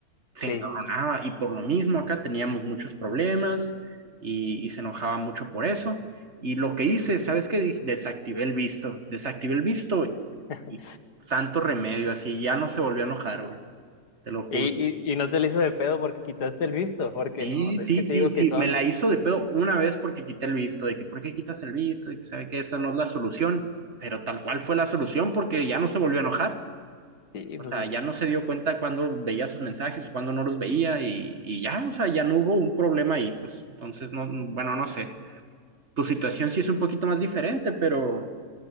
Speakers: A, on the right; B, on the left.
A: se
B: sí.
A: encabronaba y por lo mismo acá teníamos muchos problemas y, y se enojaba mucho por eso. Y lo que hice, ¿sabes qué? Desactivé el visto, desactivé el visto
B: <laughs>
A: y santo remedio, así ya no se volvió a enojar, güey, te lo juro.
B: Y, y, y no te le hizo de pedo porque quitaste el visto, porque
A: Sí,
B: no, es
A: sí,
B: que te
A: sí,
B: digo
A: sí,
B: que son,
A: me la hizo de pedo una vez porque quité el visto, de que ¿por qué quitas el visto? De que sabe que esa no es la solución, pero tal cual fue la solución porque ya no se volvió a enojar.
B: sí,
A: O
B: pues
A: sea,
B: es
A: ya
B: que-
A: no se dio cuenta cuando veía sus mensajes, cuando no los veía y, y ya, o sea, ya no hubo un problema ahí, pues. Entonces, no, bueno, no sé. Tu situación sí es un poquito más diferente, pero,